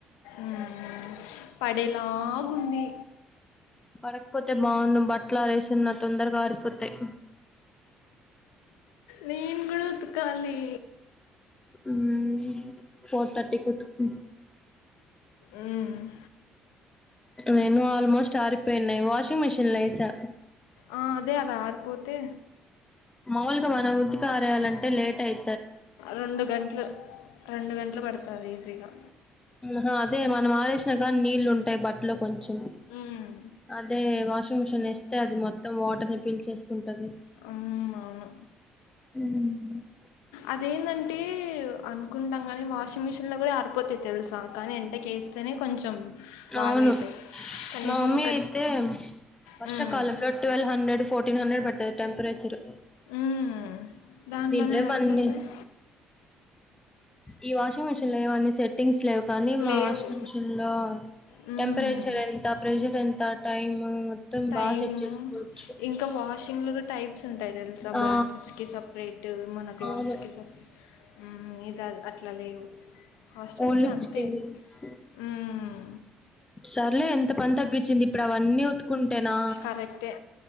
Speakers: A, on the left; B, on the left.
A: ఉమ్, పడేలాగుంది
B: పడకపోతే బాగుండు బట్టలు ఆరేసున్న తొందరగా ఆరిపోతాయి
A: నేను కూడా ఉతకాలి
B: ఉమ్ ఫోర్ థర్టీ కి ఉతుకు
A: ఉమ్
B: నేను ఆల్మోస్ట్ ఆరిపోయినాయి వాషింగ్ మిషన్ లో వేసా
A: ఆ, అదే అవి ఆరిపోతే
B: మాములుగా మనం ఉతికి ఆరేయాలంటే లేట్ అయి
A: రెండు గంటలు రెండు గంటలు పడుతది ఈజీగా
B: హ అదే మనం ఆరేసినా గానీ నీళ్ళు ఉంటాయి బట్టల్లో కొంచెం
A: ఉమ్
B: అదే వాషింగ్ మిషిన్ ఏస్తే అది మొత్తం వాటర్ ని పీల్చేసుకుంటది
A: హ్మ్,
B: మ్మ్
A: అవును. అదేందంటే అనుకుంటాం కానీ వాషింగ్ మిషన్ లో కూడా ఆరిపోతయి తెలుసా కానీ ఎండకి ఏస్తేనే కొంచెం బాగయితాయి
B: అవును
A: కనీసం
B: మా
A: ఒక
B: <unintelligible> వర్షాకాలంలో
A: హ్మ్.
B: ట్వెల్వ్ హండ్రెడ్ ఫోర్టీన్ హండ్రెడ్ పడుతుది టెంపరేచర్
A: హ్మ్. దాంట్లోనే
B: దీంట్లో ఏమో
A: అరిపోతయ్
B: అన్ని ఈ వాషింగ్ మిషిన్ లో ఏమన్ని సెట్టింగ్స్ లేవ్ కానీ మా
A: లేవు.
B: వాషింగ్ మిషన్ లో
A: హ్మ్.
B: టెంపరేచర్ ఎన్ త ప్రెజర్ ఎంత టైమ్
A: టైము
B: బాగా సెట్ చేసుకోవచ్చు
A: ఇంకా వాషింగ్ లో టైప్స్ ఉంటాయి తెలుసా
B: ఆ
A: బ్లాంకెట్స్ కి సపరేట్ మన క్లాత్స్
B: అవును
A: కి సపరే ఇది అట్లా లేవు హాస్టల్స్లో
B: ఓన్లీ ఫిఫ్టీ
A: అంతే
B: మినిట్స్
A: ఉమ్
B: సర్లే ఎంత పని తగ్గించింది ఇప్పుడు అవన్నీ వు కుంటేనా
A: కరెక్టే